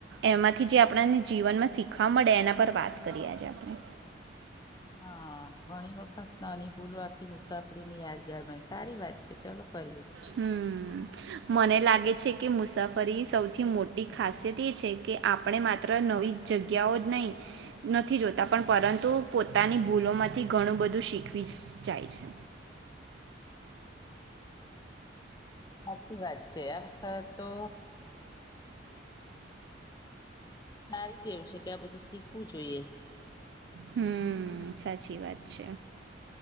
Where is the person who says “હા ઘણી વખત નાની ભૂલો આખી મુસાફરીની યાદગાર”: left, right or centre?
Left